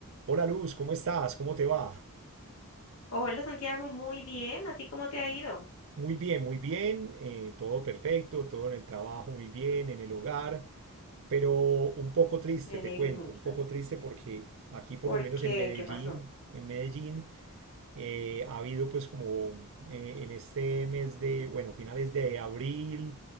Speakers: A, on the right; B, on the left.
A: Hola Luz, ¿cómo estás? ¿Cómo te va?
B: Hola Santiago, muy bien. ¿A ti cómo te ha ido?
A: Muy bien, muy bien, eh, todo perfecto, todo en el trabajo muy bien, en el hogar, pero un poco triste,
B: Me alegro
A: te cuento,
B: mucho.
A: un poco triste porque aquí por
B: ¿Por
A: lo menos
B: qué?
A: en Medellín,
B: ¿Qué pasó?
A: en Medellín eh, ha habido pues como eh, en este mes de, bueno, finales de abril,